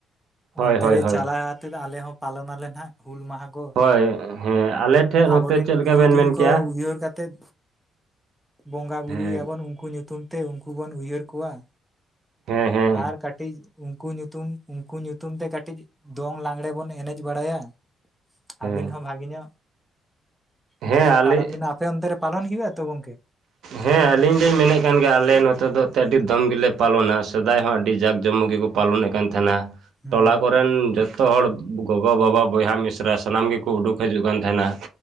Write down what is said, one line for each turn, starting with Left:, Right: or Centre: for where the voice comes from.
Right: ᱦᱳᱭ
Centre: ᱚᱱᱛᱮ
Right: ᱦᱳᱭ
Centre: ᱨᱮ
Right: ᱦᱳᱭ
Centre: ᱪᱟᱞᱟ ᱦᱟᱛᱮᱫ ᱟᱞᱮ ᱦᱚᱸ ᱯᱟᱞᱚᱱᱟᱞᱮ ᱱᱟᱸᱜ ᱦᱩᱞ ᱢᱟᱦᱟ ᱾ ᱜᱚ
Right: ᱦᱳᱭ ᱦᱮᱸ ᱟᱞᱮ ᱴᱷᱮᱡ ᱱᱚᱛᱮ
Centre: ᱟᱵᱚᱨᱤᱱ
Right: ᱪᱮᱫ ᱞᱮᱠᱟ
Centre: ᱯᱩᱨᱩᱫᱷᱩᱞ
Right: ᱵᱮᱱ ᱢᱮᱱ
Centre: ᱠᱚ
Right: ᱠᱮᱭᱟ
Centre: ᱩᱭᱦᱟᱹᱨ ᱠᱟᱛᱮᱫ ᱵᱚᱸᱜᱟ ᱵᱩᱨᱩᱭᱟᱵᱚᱱ
Right: ᱦᱮᱸ
Centre: ᱩᱱᱠᱩ ᱧᱩᱛᱩᱢ ᱛᱮ ᱩᱱᱠᱩ ᱵᱚᱱ ᱩᱭᱦᱟᱹᱨ ᱠᱚᱣᱟ᱾
Right: ᱦᱮᱸ ᱦᱮᱸ
Centre: ᱟᱨ ᱠᱟᱹᱴᱤᱡᱼᱼᱼ ᱩᱱᱠᱩ ᱧᱩᱛᱩᱢ, ᱩᱱᱠᱩ ᱧᱩᱛᱩᱢ ᱛᱮ ᱠᱟᱹᱴᱤᱡ ᱫᱚᱝ, ᱞᱟᱜᱽᱬᱮ, ᱵᱚᱱ ᱮᱱᱮᱡ ᱵᱟᱲᱟᱭᱼᱟ᱾
Right: ᱦᱮᱸ
Centre: ᱟᱹᱵᱤᱱ ᱦᱚᱸ- ᱵᱷᱟᱜᱮ ᱧᱚᱜ
Right: ᱦᱮᱸ
Centre: ᱚᱱᱛᱮ ᱨᱮ
Right: ᱟᱞᱮ
Centre: ᱯᱟᱞᱚᱱ ᱵᱮᱮ ᱚᱱᱛᱮ ᱨᱮ ᱯᱟᱞᱚᱱ ᱦᱩᱭᱩᱜᱼᱟ᱾ ᱛᱚ ᱜᱚᱝᱠᱮᱼᱼᱼ
Right: ᱦᱮᱸ ᱟᱞᱤᱧ ᱞᱤᱧ ᱢᱮᱱᱮᱫ ᱠᱟᱱ ᱜᱮᱭᱟ᱾ ᱟᱞᱮ ᱱᱚᱛᱮ ᱫᱚ ᱟᱹᱰᱤ ᱫᱚᱢ ᱜᱮᱞᱮ ᱯᱟᱞᱚᱱᱟ᱾ ᱥᱮᱫᱟᱭ ᱦᱚᱸ ᱟᱹᱰᱤ ᱡᱟᱠᱼᱼᱼ ᱡᱚᱢᱚᱠ ᱜᱮᱠᱚ ᱯᱟᱞᱚᱱᱮᱫ ᱠᱟᱱ ᱛᱟᱦᱮᱱᱟ ᱾
Centre: ᱦᱩᱸ
Right: ᱴᱚᱞᱟ ᱠᱚᱨᱮᱱ ᱡᱚᱛᱚᱼᱼ ᱡᱚᱛᱚ ᱦᱚᱲ ᱜᱚᱜᱚ, ᱵᱟᱵᱟ, ᱵᱚᱭᱦᱟ, ᱢᱤᱥᱨᱟ, ᱥᱟᱱᱟᱢ ᱜᱮᱠᱚ ᱩᱰᱩᱠ ᱦᱤᱡᱩᱜ ᱠᱟᱱ ᱛᱟᱦᱮᱸᱱᱟ᱾